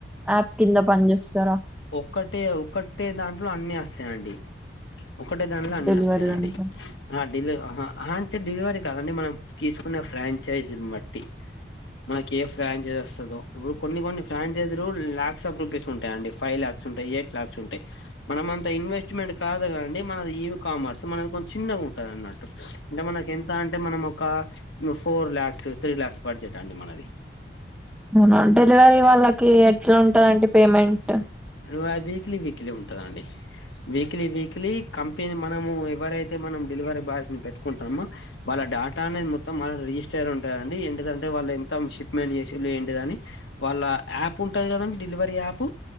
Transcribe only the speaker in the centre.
యాప్ కింద పని చేస్తారా
డెలివరీ
దాంట్లో
అవున డెల్వరీ వాళ్ళకి ఎట్లా ఉంటంఅంటి పేమెంట్